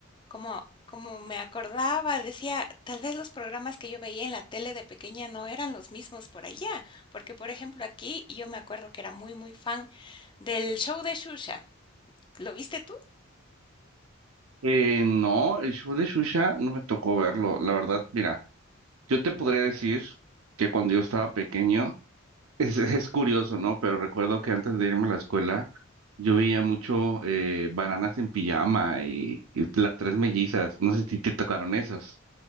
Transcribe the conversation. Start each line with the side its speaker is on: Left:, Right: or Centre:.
Left: como, como me acordaba, decía, tal vez los programas que yo veía en la tele de pequeña no eran los mismos por allá, porque, por ejemplo, aquí yo me acuerdo que era muy, muy fan del show de Shusha. ¿Lo viste tú?
Right: Eh, no, el show de Shusha no me tocó verlo, la verdad, mira, yo te podría decir que cuando yo estaba pequeño, Es, es curioso, ¿no? Pero recuerdo que antes de irme a la escuela, yo veía mucho eh, bananas en pijama y, y las tres mellizas. No sé si te tocaron esos.